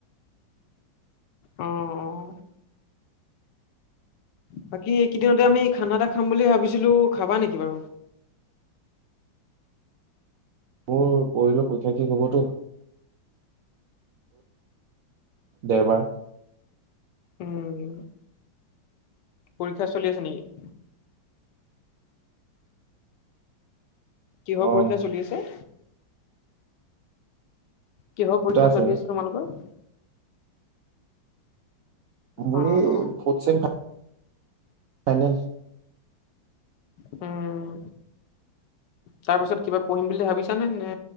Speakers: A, on the left; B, on the right.
A: অ', অ'। বাকী এইকেইদিনতে আমি খানা এটা খাম বুলি ভাবিছিলো খাবা নেকি বাৰু
B: মোৰ পৰহিলৈ পৰীক্ষা শেষ হব তো দেওবাৰ
A: উম পৰীক্ষা চলি আছে নেকি। কিহৰ
B: অ
A: পৰীক্ষা চলি আছে? কিহৰ পৰীক্ষা
B: দুটা
A: চলি
B: আৰু
A: আছে তোমালোকৰ?
B: মোৰ
A: অ
B: এই
A: অ
B: ফৰ্থ চেম ফাইনেল
A: উম। তাৰ পাছত কিবা পঢ়িম বুলি ভাবিছানে নে